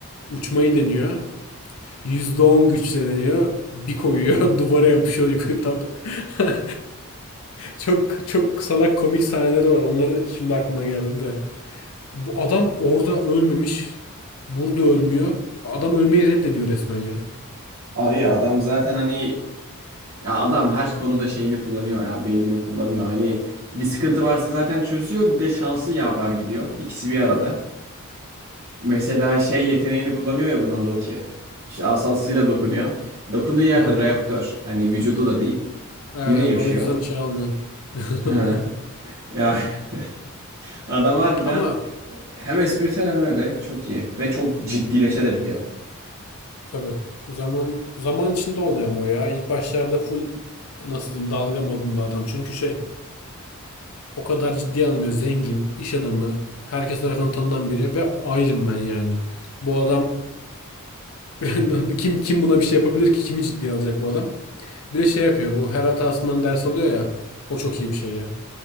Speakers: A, on the left (about 70°); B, on the right (about 40°).
A: uçmayı deniyor. %10 güçle deniyor. Bir koyuyor <laughs> duvara yapışıyor yukarı ta- ta- <laughs> Çok çok salak komik sahneleri var. Onları şimdi aklıma geldi de. Bu adam orada ölmemiş. Burada ölmüyor. Adam ölmeyi reddediyor resmen ya.
B: Abi adam zaten hani ya adam her konuda şeyini kullanıyor ya beynini kullanıyor. Hani bir sıkıntı varsa zaten çözüyor bir de şansı yaver gidiyor. İkisi bir arada. Mesela şey yeteneğini kullanıyor ya buna Loki. İşte asasıyla
A: Ne?
B: dokunuyor. Dokunduğu yerde
A: Aha.
B: reaktör. Hani vücudu da değil.
A: Evet,
B: Yine
A: evet
B: yaşıyor.
A: o yüzden şey almıyor. <laughs>
B: Ha. Ya <laughs> Adam harbiden
A: Ama
B: hem espritüel hem öyle çok iyi ve çok ciddileşebiliyor.
A: tabii zaman zaman içinde oluyor ama o ya. İlk başlarda full nasıl diyeyim dalga modunda adam. Çünkü şey o kadar ciddi almıyor. Zengin, iş adamı, herkes tarafından tanınan biri ve Iron ben yani. Bu adam <laughs> kim kim buna bir şey yapabilir ki? Kimi ciddiye alacak bu adam? Bir de şey yapıyor. Bu her hatasından ders alıyor ya. O çok iyi bir şey ya.